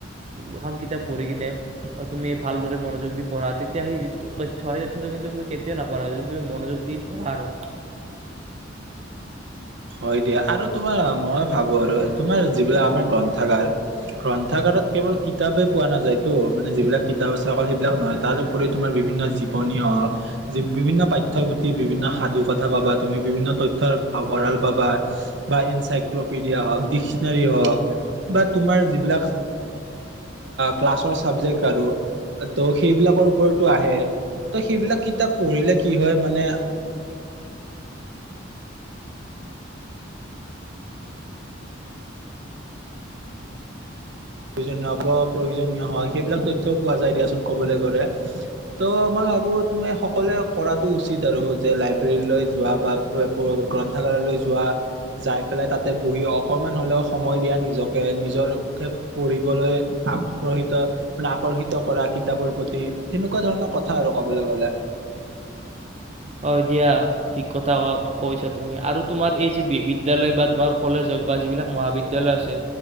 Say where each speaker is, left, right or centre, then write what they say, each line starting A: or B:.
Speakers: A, on the right; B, on the right.
A: এখন কিতাপ পঢ়ি কিনে তুমি ভালদৰে মনোযোগ দি পঢ়া, তেতিয়া সেই যিটো তথ্য সেই তথ্যটো কিন্তু তুমি কেতিয়াও নাপহৰা, যদি তুমি মনোযোগ দি পঢ়া আৰু।
B: হয় দিয়া আৰু তোমাৰ মই ভাবো আৰু তোমাৰ যিবিলাক আমাৰ গ্ৰন্থাগাৰ, গ্ৰন্থাগাৰত কেৱল কিতাপেই পোৱা নাযায়তো মানে, যিবিলাক কিতাপ আছে অকল সেইবিলাক নহয় তাৰপৰি তোমাৰ বিভিন্ন জীৱনী, বিভিন্ন পাথ্যপুথি, বিভিন্ন সাধু কথা পাবা তুমি বিভিন্ন তথ্যৰ ভ-ভঁৰাল পাবা বা এনচাইক্লপিডিয়া হওক ডিকচনেৰী হওক বা তোমাৰ যিবিলাক, ক্লাছৰ চাবজেক্ট আৰু, ত' সেইবিলাকৰ ওপৰতো আহে। ত' সেইবিলাক কিতাপ পঢ়িলে কি হয় মানে প্ৰয়োজনীয় হব, প্ৰয়োজনীয় হয়, সেইবিলাক তথ্যও পোৱা যায় দিয়াচোন কবলৈ গ'লে। ত' মই ভাবো তুমি সকলোৱে কৰাটো উচিত আৰু যে লাইব্ৰেৰীলৈ যোৱা বা গ্ৰন্থাগাৰলৈ যোৱা, যাই পেলাই তাতে বহি অকমান হ'লেও সময় দিয়া নিজকে নিজৰে পঢ়িবলৈ আক্ৰহিত মানে আকৰ্ষিত কৰা কিতাপৰ প্ৰতি, সেনেকুৱা ধৰণৰ কথা আৰু ক'বলৈ গলে।
A: হয় দিয়া, ঠিক কথা ক-কৈছা তুমি। আৰু তোমাৰ এই যি বিদ্যালয় বা তোমাৰ কলেজক বা যিবিলাক মহাবিদ্যালয় আছে,